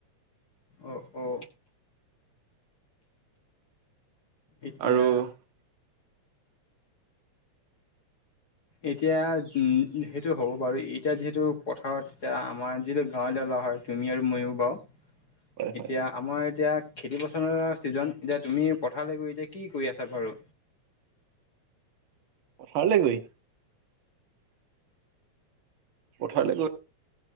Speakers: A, on the left (about 45°); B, on the right (about 50°).
A: অ-অ এতিয়া।
B: আৰু হয়
A: এতিয়া উম সেইটো হ'ব বাৰু এতিয়া যিহেতু পথাৰত এতিয়া আমাৰ যিহেতটো গাঁৱলীয়া ল'ৰা হয় তুমি আৰু ময়ো বাৰু
B: হয়
A: এতিয়া আমাৰ এতিয়া খেতি পথাৰৰ ছিজন এতিয়া তুমি পথাৰলৈ গৈ এতিয়া কি কৰি আছা বাৰু
B: পথাৰলৈ গৈ? পথাৰলৈ গৈ